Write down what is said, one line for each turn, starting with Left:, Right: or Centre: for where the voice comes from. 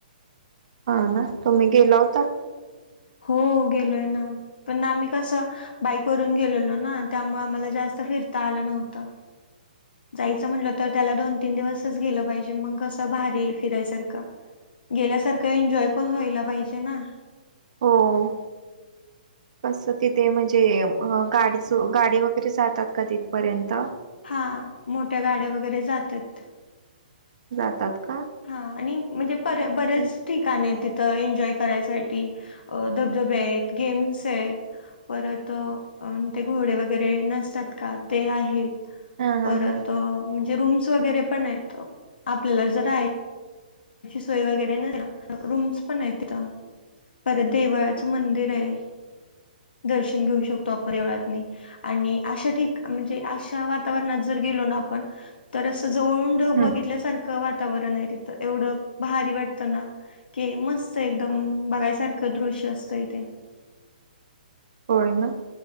Right: हा ना तुम्ही गेला होता?
Left: हो गेलोय ना. पण आम्ही कसं बाईक वरुन गेलतो ना त्यामुळे आम्हाला जास्त फिरता आल नव्हत. जायच म्हंटल तर त्याला दोन तीन दिवसच गेल पाहिजे मग कस भारी फिरायसारख. गेल्यासारखं एन्जॉय पण व्हायला पाहिजे ना.
Right: हो. कसं तिथे म्हणजे, गाडीच गाडी वगैरे जातात का तिथपर्यंत?
Left: हा मोठ्या गाड्या वगैरे जात्यात.
Right: जातात का?
Left: हा आणि म्हणजेे
Right: हा
Left: बरेच ठिकाण आहे तिथं एन्जॉय करायसाठी. अ, धबधबे आहेत, गेम्स आहेत. परत अ, ते घोडे वगैरे नसतात का ते आहेत.
Right: हा
Left: परत
Right: हा
Left: अं म्हणजे रूम्स वैगेरे पण आहेत आपल्याला जर राहायचं सोय वगैरे रूम्स पण आहेत तिथं परत देवाळाचं मंदिर आहे दर्शन घेऊ शकतो आपण देवळातनी आणि अशा ठिक म्हणजे अशा वातावरणात जर गेलो ना आपण तर असं जवळून ढग
Right: हम्म
Left: बघितल्यासारखं वातावरण आहे तिथं एवढं भारी वाटतं ना, की मस्त एकदम बघायसारखं दृश्य असतंय ते
Right: होय ना